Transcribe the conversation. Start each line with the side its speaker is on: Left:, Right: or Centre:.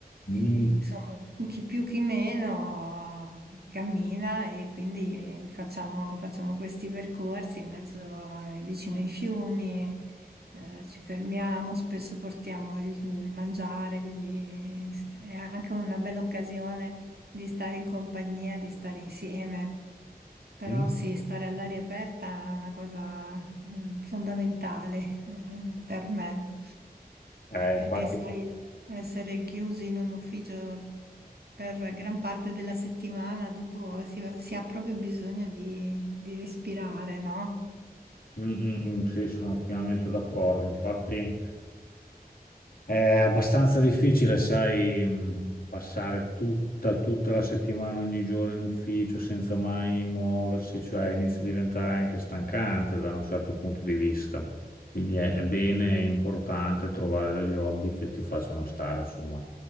Left: mm,
Right: E, insomma, chi più chi meno cammina e quindi eh, facciamo, facciamo questi percorsi in mezzo a- vicino ai fiumi, eh, ci fermiamo, spesso portiamo il mangiare, quindi eh, è anche una bella occasione di stare in compagnia, di stare insieme. Però
Left: mm.
Right: sì, stare all'aria aperta è una cosa mm, fondamentale eh, per me,
Left: Eh,
Right: perché
Left: infatti,
Right: sai, essere chiusi in un ufficio per gran parte della settimana, dopo si, si ha proprio bisogno di, di respirare, no?
Left: mm, mm, mm, sì, sono pienamente d'accordo. Infatti, È abbastanza difficile, sai, mh, passare tutta, tutta la settimana, ogni giorno in ufficio senza mai muoversi, cioè inizia a diventare anche stancante da un certo punto di vista. Quindi è, è bene, è importante trovare degli hobby che ti facciano stare, insomma,